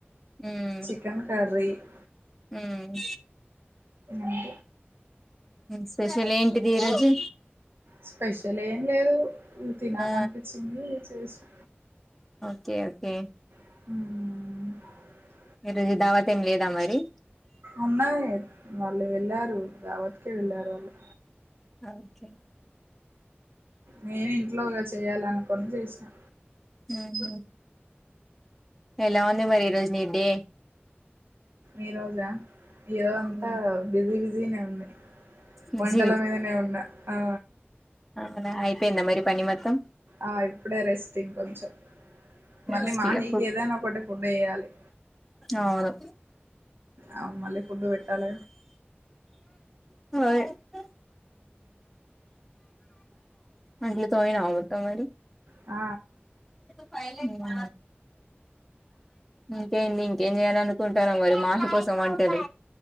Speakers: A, in the centre; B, on the right (about 60°).
A: ఉమ్
B: చికెన్ కర్రీ గా
A: ఉమ్
B: అండి
A: స్పెషల్ ఏంటిది ఈరోజు
B: స్పెషల్ ఏం లేదు ఉ తినాలనిపించింది
A: ఆ
B: చేసిన
A: ఓకే ఓకే
B: హ్మ్ హ్మ్
A: ఈరుజ దావాతే ఏమి లేదా మరి
B: ఉన్నాయి వాళ్ళు వెళ్ళారు వతికే వెళ్ళారు వాళ్ళు
A: అకే
B: నేను ఇంట్లోగా చేయాలనుకుని చేసినా
A: ఉహు ఎలా ఉంది మరి ఈ రోజు నీ డే
B: ఈ రోజా ఈరోజ
A: ఉమ్
B: అంతా బిజీ బిజీనే ఉంది
A: బిజీ
B: వంటల మీదనే ఉన్న ఆ
A: అద ఇపో ఎంత మరి పని మతం
B: ఆ ఇప్పుడే రెస్ట్ ఇంకొంచెం మళ్ళీ
A: అమ్మే
B: మాహీకి ఏదైనా ఒకటి ఫుడ్ వేయాలి
A: అవును
B: ఆవు మళ ఫుడ్ పెట్టాల
A: హ అంటల తయనా అట్ అరి
B: ఆ
A: ప మ ఇంకేంటి ఇంకేం చేయ్యాల అనుకుంటార మరి మాట కోసం వంటారు